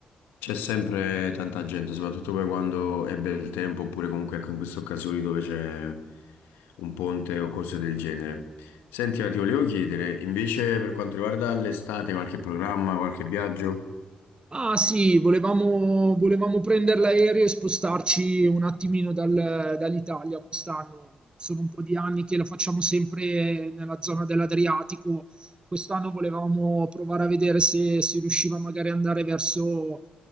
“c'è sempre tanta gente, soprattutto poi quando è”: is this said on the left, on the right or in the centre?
Left